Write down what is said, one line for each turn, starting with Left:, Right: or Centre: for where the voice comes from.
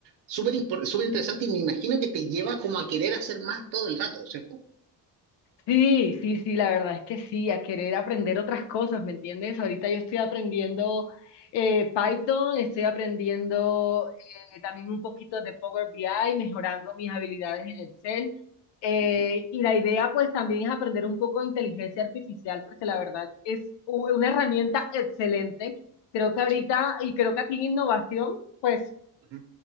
Right: súper impo- súper interesante y me imagino que te lleva como a querer hacer más todo el rato, ¿cierto?
Left: Sí, sí, sí, la verdad es que sí, a querer aprender otras cosas, ¿me entiendes? Ahorita yo estoy aprendiendo eh, Python, estoy aprendiendo eh, también un poquito de Power BI, mejorando mis habilidades en Excel. Eh,
Right: Ujú.
Left: y la idea pues también es aprender un poco de inteligencia artificial, porque la verdad es u- una herramienta excelente. Creo que ahorita,
Right: Sí,
Left: y creo que aquí en innovación, pues
Right: ujú.